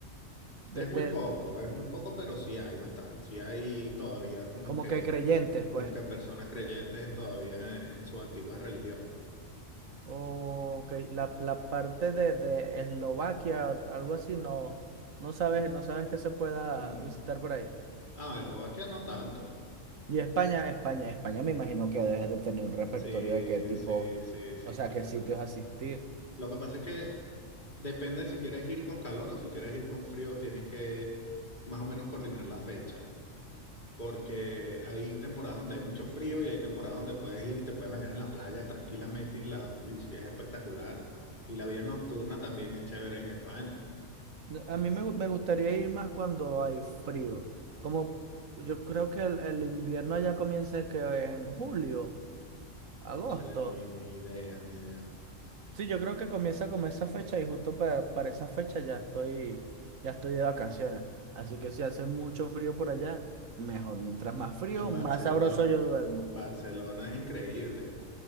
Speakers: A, on the right (about 80°); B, on the left (about 35°).
A: de,
B: Es
A: de-
B: muy poco, es muy poco, pero sí hay bastante, sí hay todavía como
A: como
B: que,
A: que creyentes, pues.
B: como que personas creyentes en todavía en, en sus antiguas religiones.
A: O que la, la parte de, de Eslovaquia, algo así, no, no sabes, no sabes que se pueda
B: Mm.
A: visitar por ahí.
B: Ah, Eslovaquia no tanto.
A: Y España, España, España me imagino que debes de tener un repertorio
B: Sí,
A: de qué tipo,
B: sí, sí, sí,
A: o sea,
B: claro.
A: qué sitios asistir.
B: Lo que pasa es que depende si quieres ir con calor o si quieres ir con frío, tienes que más o menos coordinar la fecha. porque hay temporadas donde hay mucho frío y hay temporadas donde puedes ir y te puedes bañar en la playa tranquilamente y, la, y si es espectacular. Y la vida nocturna también es chévere en España.
A: No, A mí me, gu- me gustaría ir más cuando hay frío. Como yo creo que el, el invierno allá comienza que en julio, agosto.
B: Cónchale, ni, ni idea, ni idea.
A: Sí, yo creo que comienza como esa fecha y justo para, para esa fecha ya estoy, ya estoy de vacaciones. Así que si hace mucho frío por allá, mejor. Mientras más frío,
B: En
A: más
B: Barcelona,
A: sabroso yo duermo.
B: Barcelona es increíble.